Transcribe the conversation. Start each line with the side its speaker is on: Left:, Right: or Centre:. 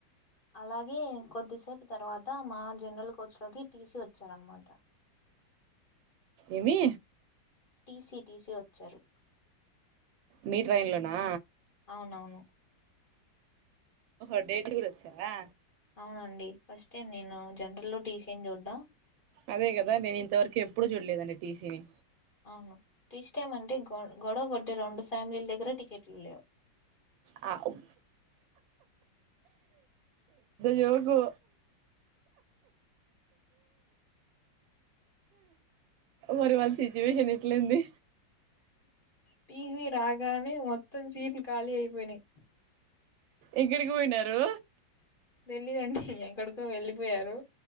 Left: అలాగే కొద్దిసేపు తర్వాత మా జనరల్ కోచ్లోకి టీసీ వచ్చారనమాట
Right: ఏమి
Left: టీ సీ టీ సీ వచ్చారు
Right: మీ ట్రైన్లోనా
Left: అవునవును
Right: ఓహో డేట్ కూడా వచ్చారా
Left: అవునండి ఫస్ట్ టైం నేను జనరల్ లో టీ సీ ఏం చూడ్డం
Right: అదే కదా నేను ఇంతవరు కెప్పుడు చూడలేదండి టీ సీ ని
Left: అవును టీస్ టైమ్ అంటే గొ గొడవ బడ్డ రెండు ఫ్యామిలీల దగ్గర టికెట్లు లేవు
Right: పెద్ద జోకు మరి వాళ్ళ సిచ్యువేషన్ ఎట్లైంది
Left: టీ సీ రాగానే మొత్తం సీట్లు ఖాళీ అయిపోయినాయి
Right: ఎక్కడికి పోయినారు
Left: తెల్లీదండి ఎక్కడు వెళ్ళిపోయారు